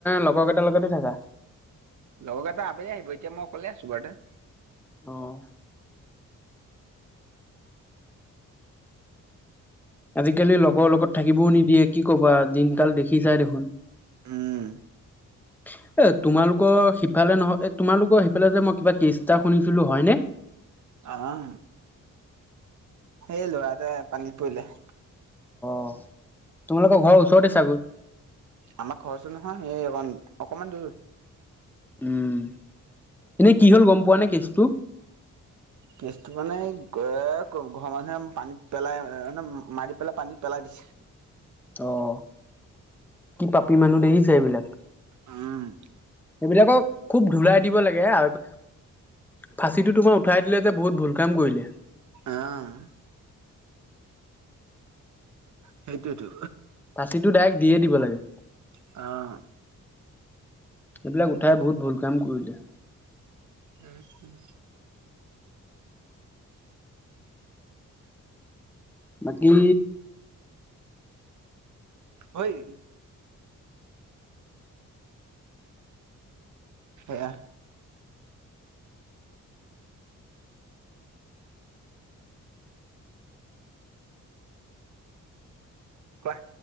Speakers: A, in the centre; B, on the right.
A: লগৰ কেইটাৰ লগতে থাকা?
B: লগৰ এটা আবেল আহিব, এতিয়া মই ককলে আছো বাৰু
A: অ', আজিকালি লগৰ লগত থাকিবও নিদিয়ে, কি কবা দিনকাল দেখি যাই দেখোন।
B: উম
A: উ, এ, তোমালোকৰ সিফালে নহয় তোমালোকৰ সিফালে যে মই কিবা কিষ্টটা শুনিছিলো হয়নে?
B: আহ, এই ল'ৰাট পানীত পৰিলে।
A: অ', তোমালোকৰ ঘৰৰ ওচৰতে চাগৈ
B: আমাৰ ঘৰ ওচৰত নহয়, সেই অকমান দূৰ।
A: উম, এনেই কি হ'ল গম পোৱা নে কেচটো?
B: কেছটো মানে, ঘৰৰ মানুহে পানীত পেলাই মানে মাৰি পেলাই পানীত পেলাই দিছে।
A: অ', কি পাপি মানুহ দেখিছে এইবিলাক
B: উম
A: এইবিলাকক খুব ধলাই দিব লাগে আৰু ফাঁচিটো তোমাৰ উঠাই দিলে যে বহুত ভুল কাম কৰিলে
B: অ' সেইটোয়েতো
A: ফাঁচীটো ডাইৰেক্ট দিয়ে দিব লাগে।
B: অ',
A: এইবিলাক উঠাই বহুত ভুল কাম কৰিলে
B: স <inaudible>
A: বাকি
B: হয় <unintelligible> সেয়া কোৱা